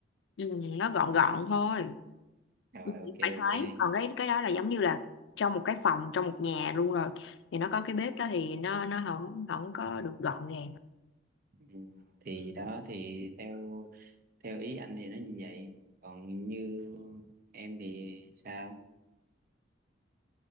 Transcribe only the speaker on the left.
ừ, nó gọn gọn thôi
Ừ,
phải thoáng còn cái cái đó là giống như là trong một cái phòng trong một nhà luôn rồi thì nó có cái bếp đó thì nó nó không không có được gọn gàng